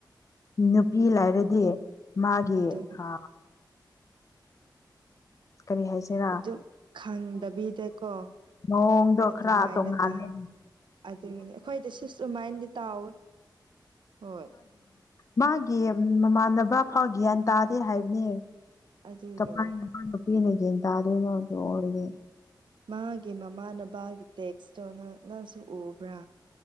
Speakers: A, on the left (about 40°); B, on the right (about 80°).
A: ꯅꯨꯄꯤ ꯂꯥꯏꯔꯗꯤ ꯃꯥꯒꯤꯦ
B: ꯑꯗꯨ
A: ꯍꯥ ꯀꯔꯤ ꯍꯥꯏꯁꯤꯔꯥ
B: ꯑꯗꯨ ꯈꯪꯗꯕꯤꯗꯀꯣ
A: ꯅꯣꯡꯗꯣ
B: ꯑꯗꯨꯃꯥꯏꯅ
A: ꯈꯔ ꯇꯣꯡꯉꯥꯟꯂ
B: ꯇꯥ ꯑꯗꯨꯒꯤꯅꯤ ꯑꯩꯈꯣꯏꯗꯤ ꯁꯤꯁ ꯑꯗꯨꯃꯥꯏꯅꯗꯤ ꯇꯥꯎꯋꯦ ꯍꯣꯏ
A: ꯃꯥꯒꯤ ꯃꯃꯥꯟꯅꯕ ꯐꯥꯎ ꯒ꯭ꯌꯥꯟ ꯇꯥꯗꯦ ꯍꯥꯏꯕꯅꯦ
B: ꯑꯗꯨꯒꯤꯅꯤ
A: ꯆꯄꯥ ꯅꯨꯄꯥ ꯅꯨꯄꯤꯅ ꯌꯦꯟ ꯇꯥꯗꯣꯏꯅꯣ ꯑꯗꯨ ꯑꯣꯏꯔꯗꯤ
B: ꯃꯥꯒꯤ ꯃꯃꯥꯅꯕꯒꯤ ꯇꯦꯛꯁꯇꯣ ꯅꯪ ꯅꯪꯁꯨ ꯎꯕ꯭ꯔꯥ